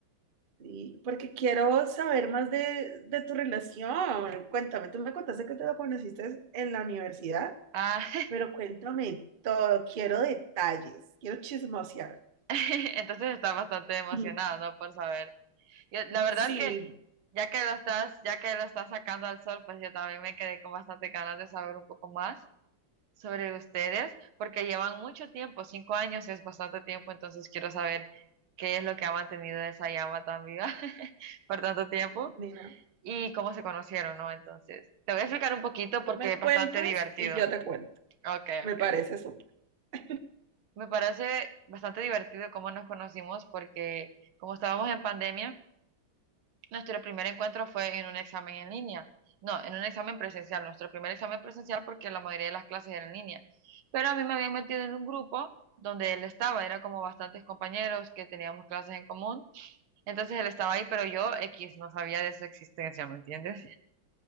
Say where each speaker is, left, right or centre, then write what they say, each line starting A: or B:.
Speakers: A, on the right; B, on the right.
A: sí, porque quiero saber más de, de tu relación. Cuéntame, tú me contaste que te lo conociste en la universidad,
B: Ah,
A: pero cuéntame todo, quiero detalles, quiero chismosear.
B: <laughs> entonces estás bastante emocionado,
A: <laughs>
B: ¿no? Por saber. Yo, la verdad
A: Sí,
B: que ya que lo estás, ya que lo estás sacando al sol, pues yo también me quedé con bastante ganas de saber un poco más. sobre ustedes, porque llevan mucho tiempo, cinco años es bastante tiempo, entonces quiero saber qué es lo que ha mantenido esa llama tan viva <laughs> por tanto tiempo
A: Nina,
B: y cómo se conocieron, ¿no? Entonces, te voy a explicar un poquito
A: tú
B: porque
A: me
B: es
A: cuentas
B: bastante divertido.
A: y yo te cuento.
B: Ok,
A: Me
B: ok.
A: parece súper. Ah,
B: Me parece bastante divertido cómo nos conocimos porque como estábamos en pandemia, Nuestro primer encuentro fue en un examen en línea. No, en un examen presencial. Nuestro primer examen presencial porque la mayoría de las clases eran en línea. Pero a mí me habían metido en un grupo donde él estaba. Era como bastantes compañeros que teníamos clases en común. Entonces él estaba ahí, pero yo, X, no sabía de su existencia, ¿me entiendes?